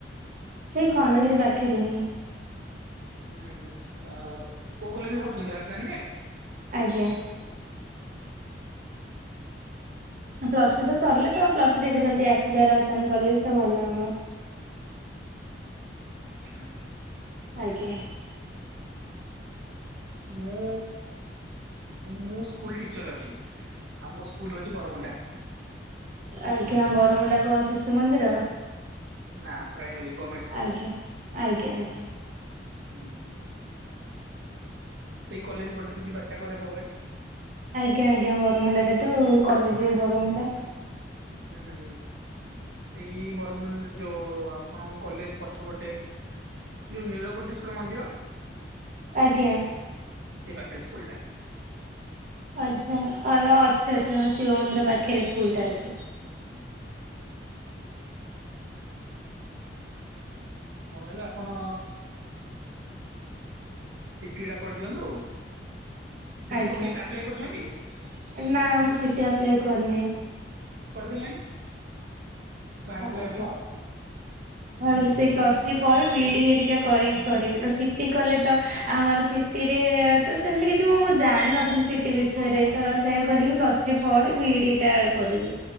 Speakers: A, on the right; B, on the right.
A: ସେଇ ଖଣ୍ଡଗିରି ପାଖରେ ହିଁ
B: ହୁଁ କୋଉ କଲେଜରେ ପଢୁଛନ୍ତି ରାଜଧାନୀରେ
A: ଆଜ୍ଞା ପ୍ଲସ ଟୁ ତ ସରିଲେ ତ ପ୍ଲସ ଥ୍ରୀ ବି ଯଦି ଆସିଯାଏ। ରାଜଧାନୀ କଲେଜ ତ ଭଲ ହବ।
B: ଆଛା
A: ଆଜ୍ଞା
B: ମୁଁ ମୁଁ ସ୍କୁଲ ଟିଚର ଅଛି ଆଉ ମୋ ସ୍କୁଲ ହଉଛି ବରଗୁଣ୍ଡା।
A: ଆଜ୍ଞା ବରମୁଣ୍ଡା କଣ ଶିଶୁ ମନ୍ଦିର
B: ନା ପ୍ରାଇମାର ଗୋମେଣ୍ଟ।
A: ଆଜ୍ଞା ଆଜ୍ଞା ଆଜ୍ଞା
B: ହୁଁ ହୁଁ ସେଇ କଲେଜ ପଟେ ଯିବ ଆସିବା କରେ ସବୁବେଳେ।
A: ଆଜ୍ଞା ଆଜ୍ଞା ବରମୁଣ୍ଡାରେ ତ କଲେଜ ବରମୁଣ୍ଡା।
B: ହୁଁ ସେଇ ବରମ ଯୋ ଆପଣ କଲେଜ ପଛପଟେ ଯୋଉ ନୀଳକଣ୍ଠେଶ୍ଵର ମନ୍ଦିର।
A: ଆଜ୍ଞା
B: ସେଇ ପାଖରେ ସ୍କୁଲ ଟା।
A: ଆଚ୍ଛା ଆଉ ଅଛି ଅଛି ହଁ ଶିବ ମନ୍ଦିର ପାଖରେ ସ୍କୁଲଟା ଅଛି।
B: ହୁଁ ହଁ ତାହଲେ ଆପଣ ସିଟିି ଗଡା କରିଦିଅନ୍ତୁ। ସେଠି
A: ଆଜ୍ଞା
B: ପକେଇ ଆପ୍ଲାଏ କରିଛନ୍ତି
A: ନା ମୁଁ ସିଟି ଆପ୍ଲାଏ କରିନି।
B: କରିଦେଲେନି ବାହାରିଥିଲା
A: ହଉ
B: ଏବେ।
A: ଭାବିଲି ସେଇ ପ୍ଲସ ଥ୍ରୀ ପରେ ବିଇଡି ହେରିକା କରିକି କରିବି ତ ସିଟି କଲେ ତ ଆମର ସେ ଟି ରେ ତ ସେମିତି କିଛି ମୁଁ ମୁଁ ଜାଣିନଥିଲି ସିଟି ବିଷୟରେ ତ ସେୟ କହିଲି କି ପ୍ଲସ ଥୀ ପରେ ବିଇଡି ଟା କରିବି।